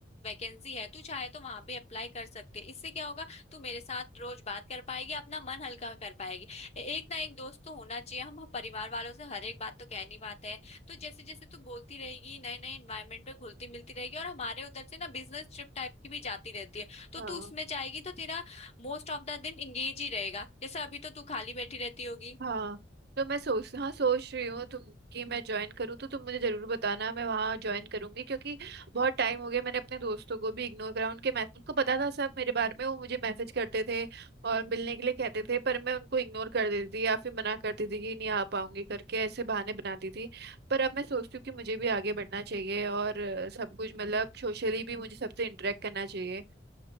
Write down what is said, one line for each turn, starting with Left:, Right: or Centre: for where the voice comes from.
Left: वैकेंसी है तू चाहे तो वहां भी अप्लाई कर सकती है इससे क्या होगा तू मेरे साथ रोज बात कर पाएगी अपना मन हल्का कर पाएगी ए- एक ना एक दोस्त तो होना चाहिए हम परिवार वालों से हर एक बात तो कह नहीं पाते हैं तो जैसे जैसे तू बोलती रहेगी नए नए एनवायरनमेंट पे घुलती मिलती रहेगी और हमारे उधर से ना बिजनेस ट्रिप टाइप की भी जाती रहती है तो
Right: हाँ
Left: तू उसमें जाएगी तो तेरा मोस्ट ऑफ द दिन इंगेज ही रहेगा जैसे अभी तो तू खाली बैठी रहती होगी
Right: हाँ तो मैं सोच हाँ सोच रही हूँ तुम कि मैं ज्वाइन करूँ तो तुम मुझे जरूर बताना मैं वहाँ ज्वाइन करूंगी क्योंकि बहुत टाइम हो गया मैंने अपने दोस्तों को भी इग्नोर करा उनके मैसेज उनको पता था सब मेरे बारे में वो मुझे मैसेज करते थे और मिलने के लिए कहते थे पर मैं उनको इग्नोर कर देती थी या फिर मना करती थी कि नहीं आ पाऊंगी करके ऐसे बहाने बनाती थी पर अब मैं सोचती हूँ कि मुझे भी आगे बढ़ना चाहिए और सब कुछ मतलब सोशली भी मुझे सबसे इंटरेक्ट करना चाहिए